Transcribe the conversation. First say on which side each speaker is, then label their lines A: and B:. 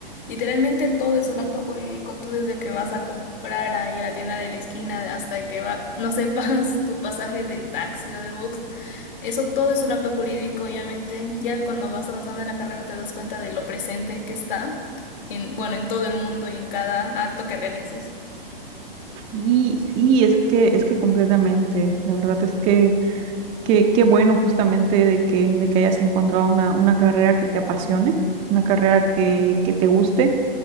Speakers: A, on the left; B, on the right.
A: Literalmente todo es un acto jurídico, tú desde que vas a comprar ahí a la tienda de la esquina hasta que va, no sepas <laughs> tu pasaje del taxi o del bus, eso todo es un acto jurídico, obviamente. Ya cuando vas avanzando en la carrera te das cuenta de lo presente que está en, bueno, en todo el mundo y en cada acto que realices.
B: Sí, sí, es que, es que completamente. La verdad es que que- qué bueno justamente de que, de que hayas encontrado una, una carrera que te apasione, una carrera que, que te guste.